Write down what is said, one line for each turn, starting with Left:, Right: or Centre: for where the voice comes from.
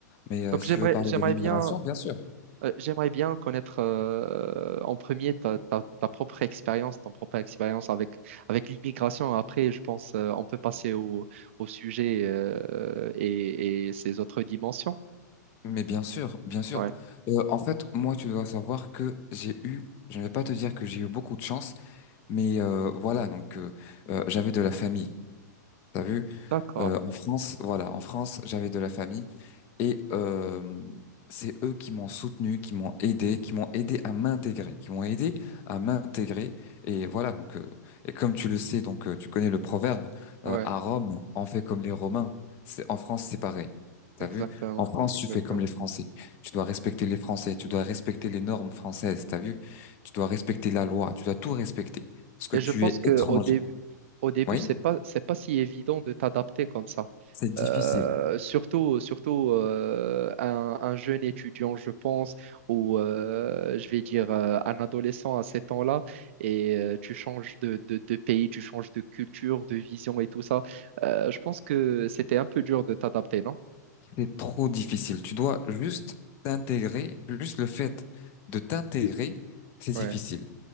Left: Mais euh,
Right: Donc,
Left: si
Right: j'aimerais,
Left: tu veux parler
Right: j'aimerais
Left: de l'immigration,
Right: bien.
Left: bien sûr.
Right: Euh, j'aimerais bien connaître euh, en premier ta, ta- ta propre expérience, ton propre expérience avec, avec l'immigration. Après, je pense euh, on peut passer au, au sujet euh, et, et ses autres dimensions.
Left: Mais bien sûr, bien sûr.
Right: Ouais,
Left: Euh, en fait, moi, tu dois savoir que j'ai eu, je ne vais pas te dire que j'ai eu beaucoup de chance, mais euh, voilà, donc euh, euh, j'avais de la famille. T'as vu?
Right: d'accord.
Left: Euh, en France, voilà, en France, j'avais de la famille. Et euh, c'est eux qui m'ont soutenu, qui m'ont aidé, qui m'ont aidé à m'intégrer, qui m'ont aidé à m'intégrer. Et voilà, donc, euh, et comme tu le sais, donc euh, tu connais le proverbe,
Right: Ouais,
Left: euh, à Rome, on fait comme les Romains. C'est, en France, c'est pareil. T'as
Right: exactement,
Left: vu? En France,
Right: exactement.
Left: tu fais comme les Français. Tu dois respecter les Français, tu dois respecter les normes françaises, t'as vu? Tu dois respecter la loi, tu dois tout respecter. Parce que
Right: Et
Left: tu
Right: je pense
Left: es
Right: qu'au
Left: étranger.
Right: au début,
Left: Oui?
Right: c'est pas, c'est pas si évident de t'adapter comme ça.
Left: C'est difficile.
Right: Euh, surtout surtout euh, un, un jeune étudiant, je pense, ou euh, je vais dire euh, un adolescent à ces temps-là, et euh, tu changes de, de- de pays, tu changes de culture, de vision et tout ça. Euh, je pense que c'était un peu dur de t'adapter, non?
Left: C'est trop difficile. Tu dois juste t'intégrer, juste le fait de t'intégrer, c'est difficile
Right: Ouais,